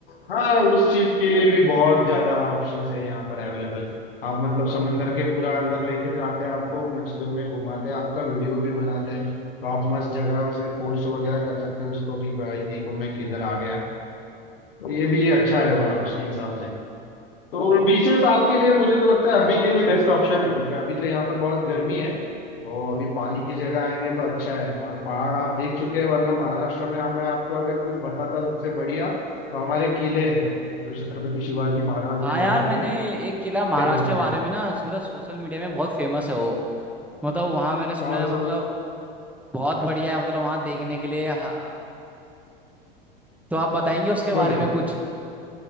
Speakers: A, on the left (about 75°); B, in the centre.
A: हाँ उस चीज के लिए भी बहुत ज्यादा ऑप्शंस है यहाँ पर अवेलेबल आप मतलब समंदर के पूरा अंदर लेके जाते हैं आपको मछलियों में घुमाते हैं आपका वीडियो भी बनाते हैं तो आप मस्त जगह से पोस्ट वगैरह कर सकते हो उसको कि भाई देखो मैं किधर आ गया तो ये भी अच्छा है वहाँ उसके हिसाब से तो बीचेस आपके लिए मुझे तो लगता है अभी के लिए बेस्ट ऑप्शन है क्योंकि अभी तो यहाँ पर बहुत गर्मी है और अभी पानी की जगह आएंगे तो अच्छा है और पहाड़ आप देख चुके हैं वरना महाराष्ट्र में हम- मैं आपको अगर कुछ बताता सबसे बढ़िया तो हमारे किले हैं जो छत्रपति शिवाजी महाराज
B: हाँ
A: ने
B: यार
A: बनवाए
B: मैंने
A: हैं
B: एक किला
A: किले
B: महाराष्ट्र
A: बने
B: के बारे
A: हैं
B: में ना मतलब सोशल मीडिया में बहुत फेमस है वो मतलब वहाँ मैंने सुना
A: कौन
B: है मतलब
A: सा
B: बहुत बढ़िया है मतलब वहाँ देखने के लिए हाँ, तो आप बताएंगे उसके
A: बोलिए
B: बारे में कुछ